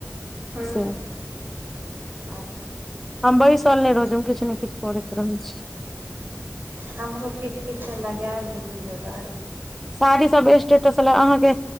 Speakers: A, on the right (about 40°); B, in the centre.
A: हूँ
B: से
A: अच्छा
B: हम बसिल नै रहै छी हम किछ ने किछ करैत रहै छी
A: हमरो किछ किछ त लगेऽब लेकिन जोगाड़
B: साड़ी सब स्टेटस लऽ अहाँकेँ